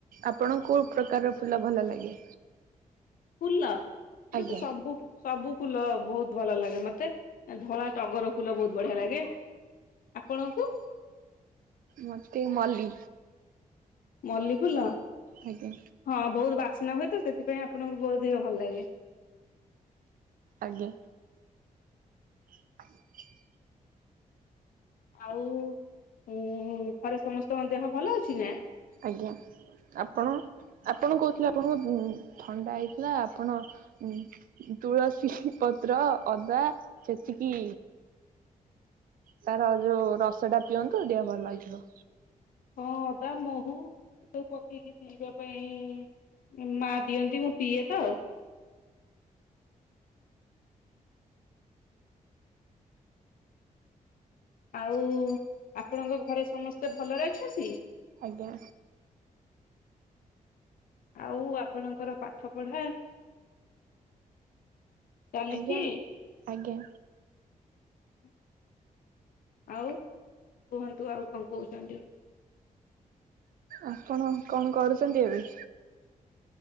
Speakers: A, on the right; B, on the left.
A: ଆପଣଙ୍କୁ କୋଉ ପ୍ରକାର ଫୁଲ ଭଲ ଲାଗେ?
B: ଫୁଲ ଫୁଲ
A: ଆଜ୍ଞା
B: ତ ସବୁ ସବୁ ଫୁଲ ବହୁତ ଭଲ ଲାଗେ ମତେ ଧଳା ଟଗର ଫୁଲ ବହୁତ ବଢିଆ ଲାଗେ। ଆପଣଙ୍କୁ?
A: ମତେ ମଲ୍ଲି।
B: ମଲ୍ଲି ଫୁଲ
A: ଆଜ୍ଞା
B: ହଁ ବହୁତ୍ ବାସ୍ନା ହୁଏ ତ ସେଥିପାଇଁ ଆ ଆପଣଙ୍କୁ ବହୁତ୍ ଦିଗ ଭଲ ଲାଗେ।
A: ଆଜ୍ଞା। <inaudible>
B: ଆଉ ଉଁ ଘରେ ସମସ୍ତଙ୍କ ଦେହ ଭଲ ଅଛି ନାଁ?
A: ଆଜ୍ଞା ଆପଣ? ଆପଣ କହୁଥିଲେ ଆପଣଙ୍କୁ ଥଣ୍ଡା ହେଇଥିଲା ଆପଣ ଉଁ ତୁଳସୀ ହିଁ ପ ପତ୍ର ଅଦା ଛେଚିକି ତାର ଯୋଉ ରସ ଟା ପିଅନ୍ତୁ ଦେହ ଭଲ ହେଇଯିବ।
B: ହଁ ଅଦା ମହୁ ଏ ସବୁ ପକେଇକି ପିଇବା ପାଇଁ ମା ଦିଅନ୍ତି ମୁଁ ପିଏ ତ ଆଉ ଆପଣଙ୍କ ଘରେ ସମସ୍ତେ ଭଲରେ ଅଛନ୍ତି?
A: ଆଜ୍ଞା।
B: ଆଉ ଆପଣଙ୍କର ପାଠ ପଢା? ଚାଲିଛି
A: ଆଜ୍ଞା ଆଜ୍ଞା।
B: ହଁ। ଆଉ କୁହନ୍ତୁ ଆଉ କଣ କହୁଛନ୍ତି?
A: ଆପଣ କଣ କରୁଛନ୍ତି ଏବେ?